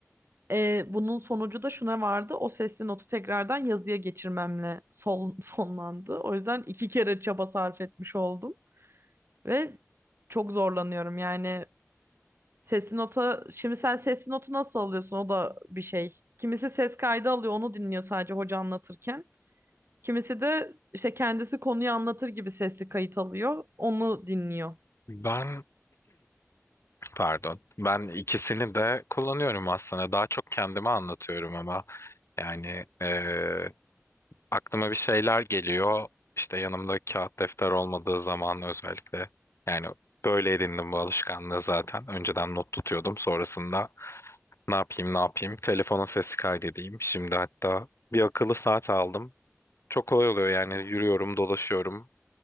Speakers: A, on the right; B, on the left.
A: Ee, bunun sonucu da şuna vardı. O sesli notu tekrardan yazıya geçirmemle sol- <laughs> sonlandı. O yüzden iki kere çaba sarf etmiş oldum. Ve çok zorlanıyorum yani. Sesli nota, şimdi sen sesli notu nasıl alıyorsun? O da bir şey. Kimisi ses kaydı alıyor, onu dinliyor sadece hoca anlatırken. Kimisi de işte kendisi konuyu anlatır gibi sesli kayıt alıyor, onu dinliyor.
B: Ben <clears throat> pardon. Ben ikisini de kullanıyorum aslında. Daha çok kendime anlatıyorum ama yani e, aklıma bir şeyler geliyor. İşte yanımda kağıt defter olmadığı zaman özellikle yani böyle edindim bu alışkanlığı zaten. Önceden not tutuyordum. Sonrasında ne yapayım ne yapayım telefonun sesi kaydedeyim. Şimdi hatta bir akıllı saat aldım. Çok kolay oluyor yani yürüyorum dolaşıyorum.